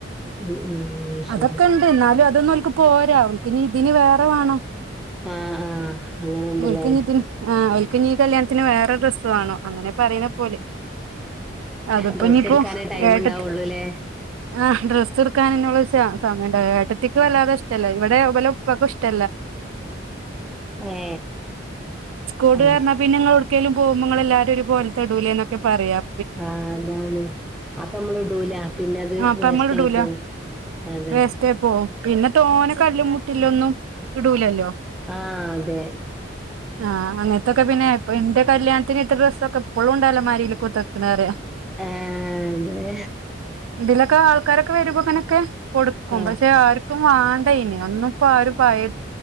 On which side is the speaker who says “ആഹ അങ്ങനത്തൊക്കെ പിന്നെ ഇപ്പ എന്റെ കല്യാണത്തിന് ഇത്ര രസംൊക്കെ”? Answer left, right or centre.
Right